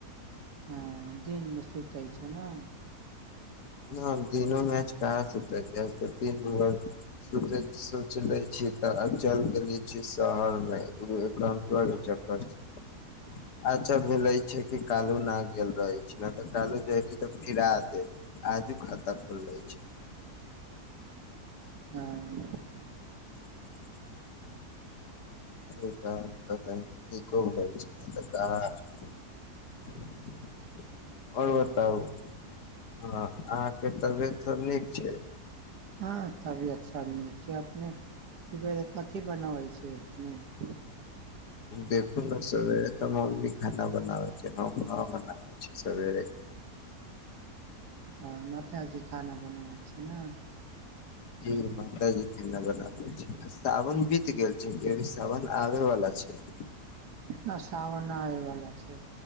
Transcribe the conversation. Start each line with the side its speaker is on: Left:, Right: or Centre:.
Right: हाँ दिनमे सुतै छै ने।
Left: हाँ दिनो मे आज कहां सुतै छिये, आज ते दिन भर सोचे सोचले छी। त अचल केले छीये शहर मे। उ एकरा मे पूरा रे चक्कर छै, अच्छा भेले छै कि कालू न गेल रहे छै न, ते कालू जेती ते फिरा दे। आजु खाता खुललै छै।
Right: हाँ।
Left: <inaudible> इ काम ते कनी नीको होय छै <unintelligible>
Right: नीक छै
Left: और बताउ हाँ। अहाँके तबियत सब नीक छै?
Right: हाँ तबियत सब नीक छै, अपने सबेरे कथी बनाबै छियै।? हुं।
Left: देखू ने सबेरे ते मम्मी खाना बनाबै छै, हम न बनाबे छीये सबेरे।
Right: हाँ माताजी खाना बनाबै छी ने।
Left: जी माताजी खना बनाबै छै, सावन बीत गेल छै की अभी सावन आबे वला छै? <inaudible>
Right: ना सावन ना आबेबला छै,